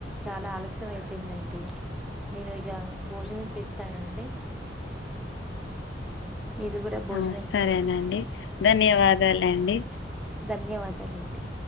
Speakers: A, in the centre; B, on the left (about 70°).
A: చాలా ఆలస్యం అయిపోయిందండి. నేను ఇగ భోజనం చేస్తానండి మీరు కూడా భోజనం
B: ఆ సరేనండి
A: చేయండి
B: ధన్యవాదాలు అండి
A: ధన్యవాదాలండి